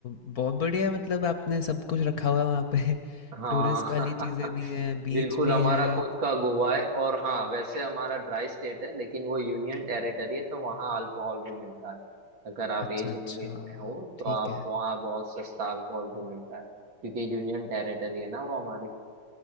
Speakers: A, on the left; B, on the right.
A: बहुत बढ़िया है मतलब आपने सब कुछ रखा हुआ है वहाँ पे। <laughs>
B: हाँ
A: टूरिस्ट वाली चीज़ें भी हैं,
B: <laughs>
A: बीच
B: बिल्कुल
A: भी
B: हमारा
A: है।
B: खुद का गोवा है और हाँ वैसे हमारा ड्राई स्टेट है लेकिन वो यूनियन टेरिटरी है तो वहाँ अल्कोहल भी मिलता है अगर आप
A: अच्छा
B: एज
A: अच्छा
B: लिमिट में हो तो
A: ठीक
B: आप
A: है
B: वहाँ बहुत सस्ता अल्कोहल भी मिलता है क्योंकि यूनियन टेरिटरी है ना वो हमारी